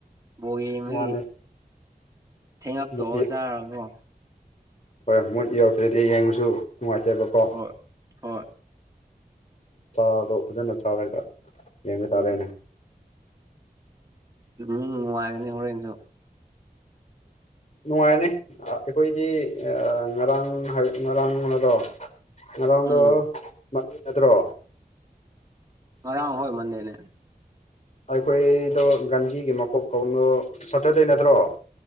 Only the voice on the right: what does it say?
ꯕꯣꯜ ꯌꯦꯡꯕꯒꯤ
ꯊꯦꯡꯉꯛꯇꯧꯕ
ꯆꯥꯔꯒꯥꯀꯣ
ꯍꯣꯏ ꯍꯣꯏ
ꯎꯝ ꯎꯝ ꯅꯨꯡꯉꯥꯏꯒꯅꯤ ꯍꯣꯔꯦꯟꯖꯨ
ꯎꯝ
ꯉꯔꯥꯡ ꯍꯣꯏ ꯃꯟꯗꯦꯅꯦ